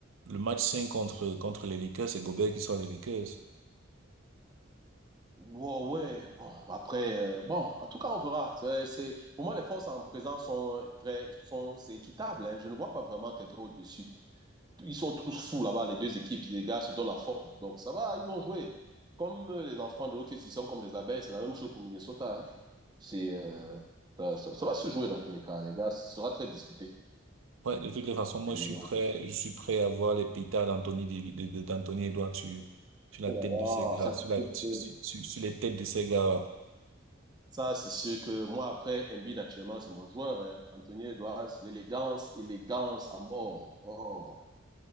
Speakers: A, on the right (about 80°); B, on the right (about 20°).
A: le match 5 contre, contre les Lakers, c'est Gobert qui sort les Lakers.
B: ouais, ouais, bon, après, euh, bon, en tout cas, on verra. C'est, c'est- pour moi, les forces en présence sont très, sont, c'est équitable, hein. Je ne vois pas vraiment quelqu'un au-dessus. ils sont tous fous là-bas, les deux équipes. Les gars se donnent la forme. Donc, ça va, ils vont jouer. Comme euh, les enfants de hockey, s'ils sont comme des abeilles, c'est la même chose pour Minnesota. hein. C'est, euh, ça, ça- ça va se jouer dans tous les cas, les gars. Ce sera très disputé.
A: Ouais, de toutes les façons,
B: Et
A: moi,
B: puis,
A: je suis prêt,
B: on
A: je suis prêt à voir les pétards d'Anthony, Davi- de, de- d'Anthony Edouard sur, sur la
B: verra.
A: tête de ces gars,
B: Ça,
A: sur
B: c'est
A: la,
B: sûr
A: sur,
B: que,
A: sur- sur les têtes de ces gars.
B: ça, c'est sûr que moi, après, Embiid, actuellement, c'est mon joueur. hein. Anthony Edwards, l'élégance, élégance à mort. Oh.